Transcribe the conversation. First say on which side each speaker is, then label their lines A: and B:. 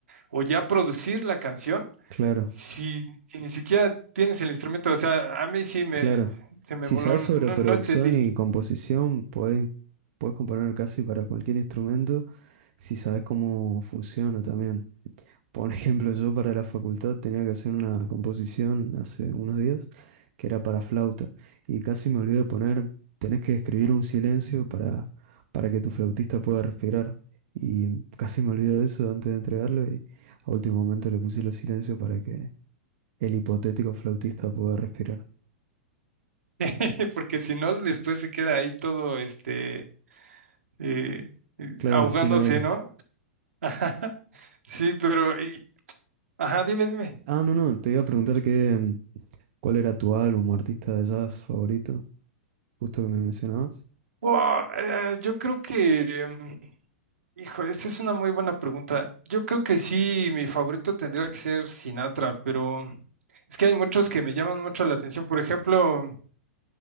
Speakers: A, on the right; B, on the right.
A: o ya producir la canción
B: Claro.
A: si, si ni siquiera tienes el instrumento, o sea, a mí sí me,
B: Claro,
A: se me
B: si
A: voló,
B: sabes sobre
A: no,
B: producción
A: no entendí,
B: y composición, puedes, puedes componer casi para cualquier instrumento si sabes cómo funciona también. Por <laughs> ejemplo, yo para la facultad tenía que hacer una composición hace unos días que era para flauta y casi me olvidé de poner, tenés que escribir un silencio para, para que tu flautista pueda respirar. Y casi me olvidé de eso antes de entregarlo y a último momento le puse los silencios para que el hipotético flautista pueda respirar.
A: <laughs> porque si no, después se queda ahí todo, este, eh, eh,
B: Claro,
A: ahogándose,
B: sin aire.
A: ¿no? <laughs> Sí, pero, y- ajá, dime, dime.
B: Ah, no, no, te iba a preguntar qué, cuál era tu álbum o artista de jazz favorito, justo que me mencionabas.
A: Wow, eh, yo creo que, em, híjole, esta es una muy buena pregunta. Yo creo que sí, mi favorito tendría que ser Sinatra, pero mm, es que hay muchos que me llaman mucho la atención. Por ejemplo,